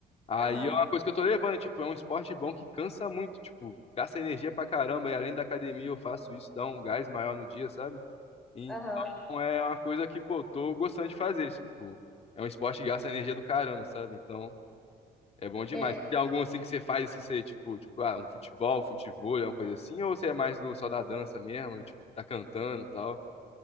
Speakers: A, on the left; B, in the centre.
A: Aí
B: Aham,
A: é uma coisa que eu tô levando, e, tipo, é um esporte bom que cansa muito, tipo, gasta energia pra caramba, e além da academia eu faço isso, dá um gás maior no dia, sabe? Então
B: aham.
A: é uma coisa que, pô, tô gostando de fazer, tipo, é um esporte que gasta energia do caramba, sabe? Então... É bom demais.
B: É.
A: Tem algum assim que você faz, assim, você, tipo, tipo, ah, um futebol, um futevôlei, alguma coisa assim, ou você é mais do só da dança mesmo, e, tipo, tá cantando e tal?